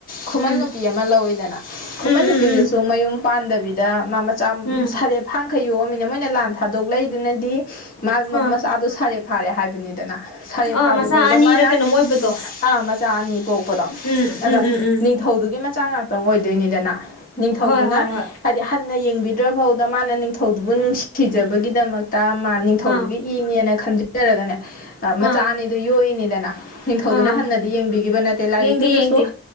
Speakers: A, on the left; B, on the left.
A: ꯈꯨꯃꯟ
B: ꯎꯝ
A: ꯅꯨꯄꯤ ꯑꯃ ꯂꯧꯋꯤꯗꯅ
B: ꯎꯝ
A: ꯈꯨꯃꯟ
B: ꯎꯝ
A: ꯅꯨꯄꯤꯗꯨꯁꯨ
B: ꯎꯝ
A: ꯃꯌꯨꯝ ꯄꯥꯟꯗꯕꯤ ꯃꯥꯃ
B: ꯎꯝ
A: ꯁꯥꯔꯦ ꯐ ꯑꯪꯈꯩꯣ ꯑꯃꯃꯤꯅ ꯑꯩꯅ ꯂꯥꯟ ꯊꯥꯗꯣꯛꯂꯗꯨꯅꯗꯤ ꯃꯥ
B: ꯑꯥ
A: ꯃꯆꯥꯗꯣ ꯁꯥꯔꯦ ꯐꯥꯔꯦ ꯍꯥꯏꯕꯅꯤꯗꯅ ꯁꯥꯔꯦ
B: ꯑꯥ
A: ꯐꯥꯕꯐꯧꯗ
B: ꯃꯆꯥ ꯑꯅꯤꯔ
A: ꯃꯥꯅ
B: ꯀꯩꯅꯣꯝ ꯑꯣꯏꯕꯗꯣ
A: ꯑꯥ ꯃꯆꯥ ꯑꯅꯤ ꯄꯣꯛꯄꯗꯣ
B: ꯎꯝ
A: ꯑꯗ
B: ꯎꯝ ꯎꯝ ꯎꯝ
A: ꯅꯤꯡꯊꯧꯗꯨꯒꯤ ꯃꯆꯥ ꯉꯥꯛꯇꯪ ꯑꯣꯏꯗꯣꯏ ꯗꯣꯏꯅꯤꯗꯅꯥ ꯅꯤꯡꯊꯧꯗꯨꯅ
B: ꯍꯣꯏ ꯍꯣꯏ ꯍꯣꯏ
A: ꯍꯥꯏꯗꯤ ꯍꯟꯅ ꯌꯦꯡꯕꯤ ꯗ ꯃꯥꯅ ꯅꯤꯡꯊꯧꯗꯨꯕꯨ ꯅꯨꯡꯁꯤꯖꯕꯒꯤꯗꯃꯛ ꯇ ꯃꯥ ꯅꯤꯡꯊꯧꯗꯨꯒꯤ
B: ꯑꯥ
A: ꯏꯅꯦꯅ ꯈꯟꯖ ꯇꯔꯒꯅꯦ ꯃꯆꯥ
B: ꯑꯥ
A: ꯑꯅꯤꯗꯨ ꯌꯣꯛꯏꯅꯤꯗꯅ ꯅꯤꯡꯊꯧꯗꯨꯅ
B: ꯑꯥ
A: ꯍꯟꯅꯗꯤ ꯌꯦꯡꯕꯤꯈꯤꯕ ꯅꯠꯇꯦ ꯂꯥꯏꯔꯤꯛꯇꯨꯗꯁꯨ
B: ꯌꯦꯡꯗꯦ ꯌꯦꯡꯗꯦ